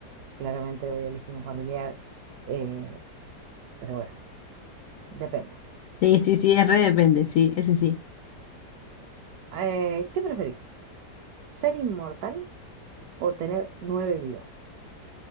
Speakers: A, on the right; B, on the left.
A: Claramente voy a elegir un familiar, eh, pero bueno, depende.
B: Sí, sí, sí, es re depende, sí, ese sí.
A: Eh, ¿qué preferís? ¿Ser inmortal o tener nueve vidas?